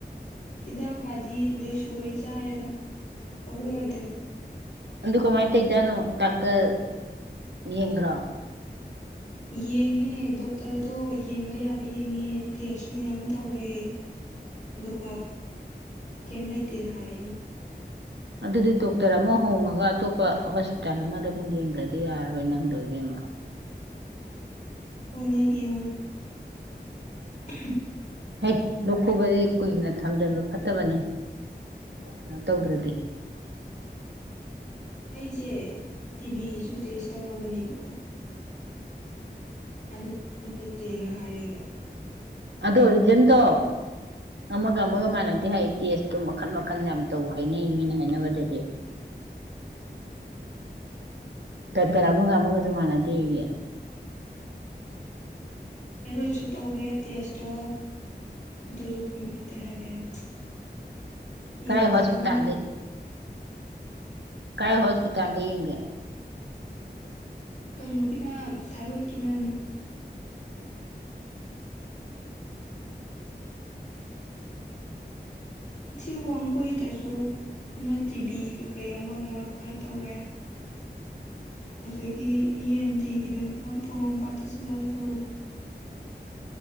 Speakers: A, on the left; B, on the right.
A: ꯍꯤꯗꯥꯥꯛ ꯀꯖꯤ ꯂꯣꯏꯁꯨ ꯇꯨꯒꯩ ꯆꯥꯔꯦꯗ ꯐꯧꯗ
B: ꯑꯗꯨꯗꯨ ꯀꯃꯥꯏ ꯇ ꯇꯅꯨ ꯗꯥꯛꯇꯔ ꯌꯦꯡꯟꯗ꯭ꯔꯣ
A: ꯌꯦꯡꯉꯦ ꯗꯣꯛꯇꯔꯗꯣ ꯌꯦꯡꯕ ꯌꯥꯕ ꯌꯦꯡꯉꯦ ꯇꯦꯁꯁꯨ ꯃꯌꯥꯝ ꯇꯧꯔꯦ ꯑꯗꯨꯒ ꯀꯩꯝ ꯂꯩꯇꯦꯅ ꯍꯥꯏꯔꯛꯑꯦ ꯑꯃ
B: ꯑꯗꯨꯗꯤ ꯗꯣꯛꯇꯔ ꯑꯃ ꯍꯣꯡꯉꯒ ꯑꯇꯣꯞꯄ ꯍꯣꯁꯄꯤꯇꯥꯜ ꯑꯃꯗ ꯑꯃꯨꯛ ꯌꯦꯡꯗ꯭ꯔꯗꯤ ꯌꯥꯔꯔꯣꯏ ꯅꯪ ꯂꯣ ꯏꯕꯦꯝꯃ
A: ꯑꯣꯅ ꯌꯦꯡꯉꯒꯦ <inaudible>
B: ꯍ ꯂꯣꯛ ꯈꯨꯨꯕꯗꯤ ꯀꯨꯏꯅ ꯊꯝꯖꯤꯟꯕ ꯐꯠꯇꯕꯅꯤ ꯀꯩꯅꯣ ꯇꯧꯗ꯭ꯔꯗꯤ
A: ꯑꯩꯁꯦ ꯇꯤꯚꯁꯨ ꯇꯦꯁ ꯇꯧꯔꯕꯅꯦꯕꯀꯣ ꯑꯗꯨ ꯂꯩꯇꯦꯅ ꯍꯥꯏꯔꯦꯕ
B: ꯑꯗ ꯑꯣꯏ ꯖꯟꯗꯣ ꯑꯃꯒ ꯑꯃꯒ ꯃꯥꯟꯅꯗꯦ ꯍꯥꯏ ꯇꯦꯁꯇꯣ ꯃꯈꯜ ꯃꯈꯟ ꯌꯥꯝ ꯇꯧ ꯍꯥꯏꯅꯩ ꯃꯤꯅ ꯍꯥꯏꯅꯕꯗꯗꯤ ꯗꯣꯛꯇꯔ ꯑꯃꯒ ꯑꯃꯒꯁꯨ ꯃꯥꯟꯅꯗꯦꯌꯦ
A: ꯑꯩꯔꯣꯏꯁꯨ ꯇꯧꯔꯦ ꯇꯦꯁꯇꯣ ꯑꯗꯨꯁꯨ ꯀꯝ ꯂꯩꯇꯦ ꯍꯥꯏꯔꯛꯑꯦ ꯏ
B: ꯀꯔ
A: ꯑꯦꯟ ꯇꯤꯗ
B: ꯍꯣꯁꯄꯤꯇꯥꯜꯗ
A: ꯑꯃꯨꯛ
B: ꯀ ꯍꯣꯁꯄꯤꯇꯥꯜꯗ ꯌꯦꯒ
A: ꯀꯩꯅꯣꯒꯤꯅ ꯊꯥꯏꯔꯣꯏꯗꯀꯤꯅ ꯁꯤ ꯋꯥꯡꯒꯣꯏꯗꯁꯨ ꯅ ꯇꯤꯚꯤ ꯀꯩꯀꯩ ꯑꯃ ꯑꯃ ꯈꯔ ꯇꯧꯔꯦ ꯑꯗꯨꯗꯒꯤ ꯏ ꯑꯦꯟ ꯇꯤꯒꯤꯗꯅ ꯄꯣꯔꯣꯝꯄꯥꯠꯇ ꯆꯠꯂꯒ ꯇꯧꯔ